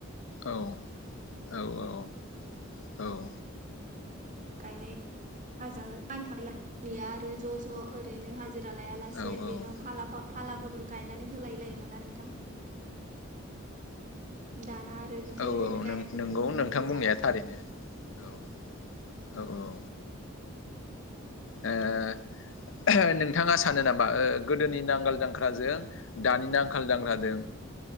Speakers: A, on the left (about 65°); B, on the right (about 40°).
A: औ -औ -औ -औ
B: गायनाय हाज थां गया आरो ज' ज' ओरैनो हाज हाजिरा लाया लासे
A: औ
B: बेन
A: औ
B: फाला बदल गायनानै होलाय लायोमोन ना नोंथां दाना आरो बिदि
A: औ
B: ओरैनो
A: औ
B: गायनायखौनो
A: नों नोंगौ
B: नुनो
A: नोंथां
B: मोननाय
A: बुंनाया
B: जाला
A: थारैनो औ -औ -औ
B: बिदि आरो
A: ओ नोंथाङा सानो नामा ओ गोदोनि नांगोल जांख्राजों दानि नखाल जांख्राजों